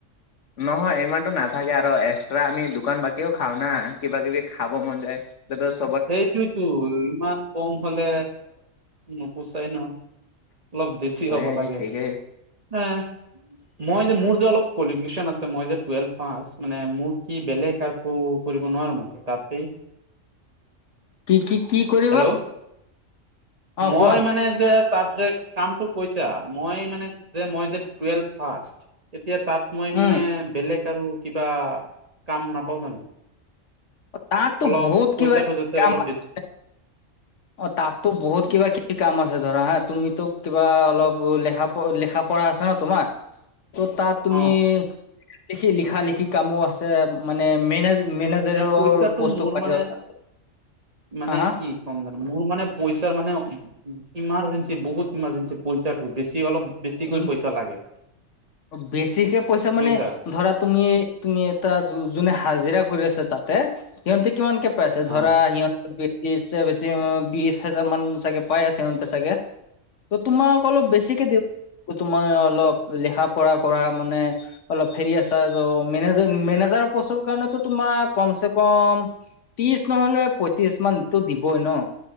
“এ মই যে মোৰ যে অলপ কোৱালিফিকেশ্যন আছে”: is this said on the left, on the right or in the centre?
Right